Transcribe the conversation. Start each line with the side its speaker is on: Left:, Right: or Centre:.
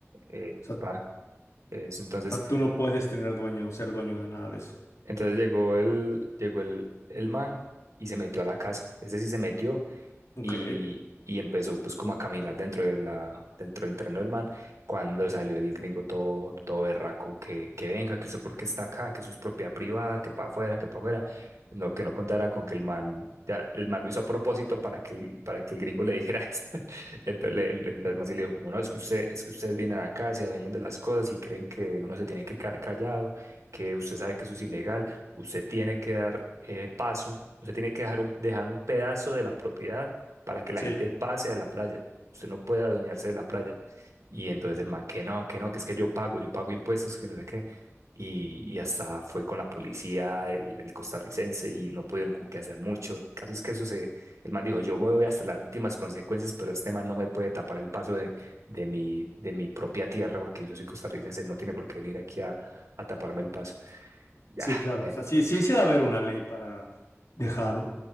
Right: eh,
Left: O sea, o
Right: pa, eso. Entonces,
Left: sea, tú no puedes tener dueño, ser dueño de nada de eso.
Right: entonces llegó el, llegó el, el man y se metió a la casa. Ese sí se metió
Left: Ok,
Right: y, y empezó pues como a caminar dentro de la, dentro del tren del man, cuando salió el gringo todo, todo berraco, que, que venga, que usted por qué está acá, que eso es propiedad privada, que para afuera, que para afuera, no, que no contara con que el man, ya, el man lo hizo a propósito para que, el- para que el gringo le dijera <laughs> eso, entonces, le- el, entonces el man sí le dijo como, no, es que usted, es que ustedes vienen acá, se adueñan de las cosas y creen que uno se tiene que quedar callado, que usted sabe que eso es ilegal, usted tiene que dar eh, paso, usted tiene que dejar un, dejar un pedazo de la propiedad para que la
Left: sí,
Right: gente pase a la playa. Usted no puede adueñarse de la playa. Y entonces el man, que no, que no, que es que yo pago, yo pago impuestos, que no sé qué. Y, y hasta fue con la policía, el, el costarricense, y no pudieron como que hacer mucho. El caso es que eso se, el man dijo, yo voy hasta las últimas consecuencias, pero este man no me puede tapar el paso de, de mi, de mi propia tierra, porque yo soy costarricense, no tiene por qué venir aquí a, a taparme el paso. Ya,
Left: sí, claro.
Right: bueno,
Left: O sea, sí, sí, sí debe haber una ley para dejar,